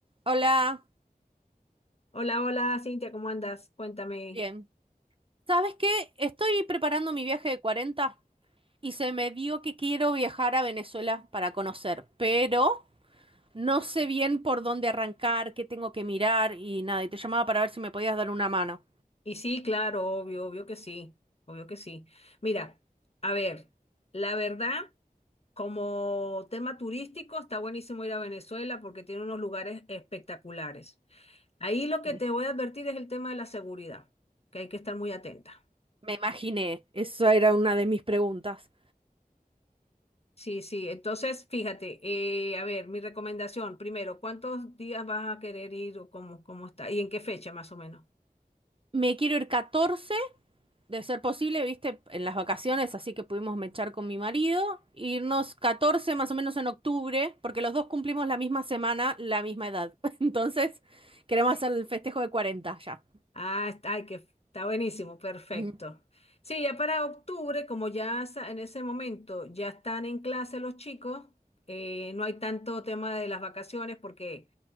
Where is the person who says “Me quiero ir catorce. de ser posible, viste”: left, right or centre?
Right